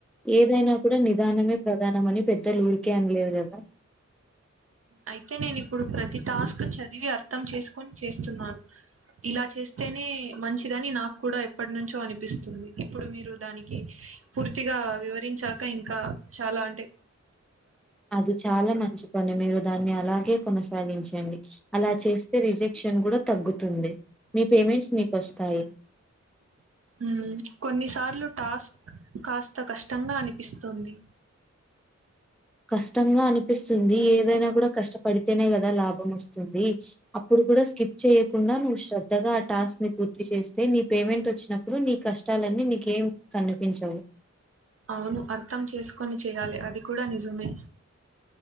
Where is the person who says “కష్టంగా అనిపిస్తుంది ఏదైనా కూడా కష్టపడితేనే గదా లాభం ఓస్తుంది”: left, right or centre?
Centre